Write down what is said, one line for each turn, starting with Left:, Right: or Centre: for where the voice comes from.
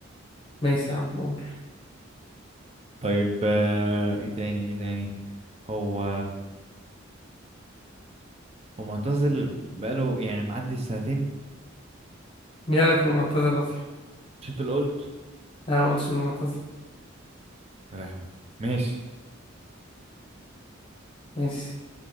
Left: ماشي يا عم قول
Right: طيب آه ايه تاني ايه تاني هو هو معتزل بقاله يعني معدي السنتين
Left: مين قالك انه معتزل اصلا
Right: مش انت اللي قلت
Left: انا ما قلتش انه معتزل
Right: يا لهوي ماشي
Left: ماشي